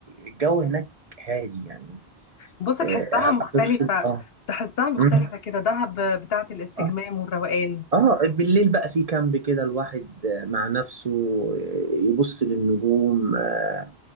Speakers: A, on the right (about 40°); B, on the left (about 70°).
A: الجو هناك هادي يعني
B: بص تحسها
A: آه،
B: مختلفة
A: هتفصل اه
B: تحسها مختلفة
A: مم.
B: كده دهب بتاعة الاستجمام
A: اه
B: والروقان
A: آه، بالليل بقى في كامب كده الواحد آه، مع نفسه آه، يبص للنجوم آه،